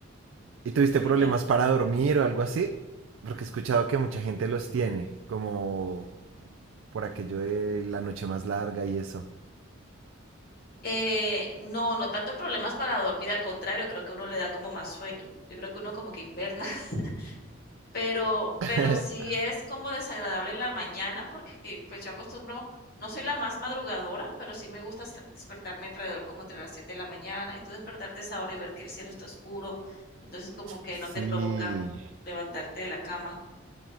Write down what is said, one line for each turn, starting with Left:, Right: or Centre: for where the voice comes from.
Right: ¿Y tuviste
Left: Creo
Right: problemas
Left: que me...
Right: para dormir o algo así? Porque he escuchado que mucha gente los tiene, como por aquello de la noche más larga y eso.
Left: Eh, no, no tanto problemas para dormir, al contrario, creo que uno le da como más sueño. Yo creo que uno como que inverna, <laughs> pero,
Right: <laughs>
Left: pero sí es como desagradable en la mañana porque pues yo acostumbro, no soy la más madrugadora, pero sí me gusta sa- despertarme alrededor como entre las 7 de la mañana y tú despertarte a esa hora y ver que el cielo está oscuro, entonces como que
Right: Sí.
Left: no te provoca levantarte de la cama.